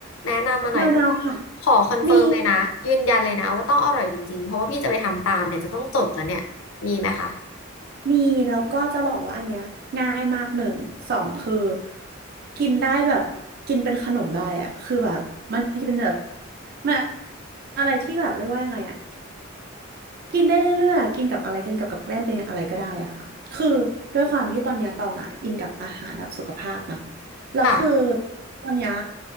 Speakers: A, on the left; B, on the right.
A: แนะนำมาหน่อย
B: แนวแนวผัก
A: ขอคอนเฟิร์มเลยนะยืนยันเลยนะว่าต้องอร่อยจริงๆเพราะว่าพี่จะไปทำตามเนี่ยจะต้องจดแล้วเนี่ยมีไหมคะ
B: มีมีแล้วก็จะบอกว่าอันเนี้ยง่ายมากหนึ่งสองคือกินได้แบบกินเป็นขนมได้อะคือแบบมันเป็นแบบมันอะไรที่แบบเรียกว่ายังไงอะกินได้เรื่อยๆอะกินกับอะไรกินกับกับแกล้มเป็นอะไรก็ได้อะค่ะคือด้วยความที่ตอนเนี้ยตองอะอินกับอาหารแบบสุขภาพเนาะแล้วคือ
A: ค่ะ
B: ตอนเนี้ย